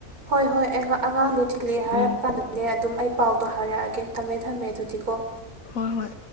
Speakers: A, on the right; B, on the left.
A: ꯍꯣꯏ ꯍꯣꯏ ꯑꯉꯥꯡꯗꯨ ꯤꯜꯂꯦ ꯍꯥꯏꯔ
B: ꯎꯝ
A: ꯀꯥꯟꯗꯗꯤ ꯑꯗꯨꯝ ꯑꯩ ꯄꯥꯎꯗꯣ ꯍꯥꯏꯔꯛꯑꯒꯦ ꯊꯝꯃꯦ ꯊꯝꯃꯦ ꯑꯗꯨꯗꯤꯀꯣ
B: ꯍꯣꯏ ꯍꯣꯏ